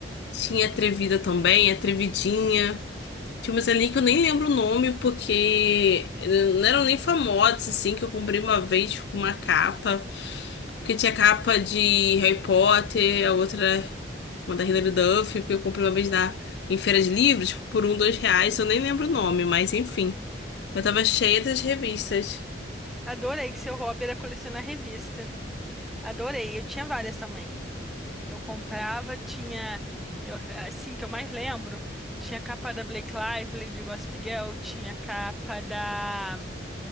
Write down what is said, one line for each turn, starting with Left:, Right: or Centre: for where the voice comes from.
Left: tinha Atrevida também, Atrevidinha. Tinha umas ali que eu nem lembro o nome porque eh, não eram nem famosas assim que eu comprei uma vez com uma capa. Porque tinha capa de Harry Potter, a outra, uma da Hilary Duff, porque eu comprei uma vez na, em feira de livros por um, dois reais, eu nem lembro o nome, mas enfim. Eu tava cheia das revistas.
Centre: Adorei que seu hobby era colecionar revista. Adorei, eu tinha várias também. Eu comprava, tinha. eu- assim que eu mais lembro, tinha capa da Blake Lively, de Gossip Girl, tinha capa da hum,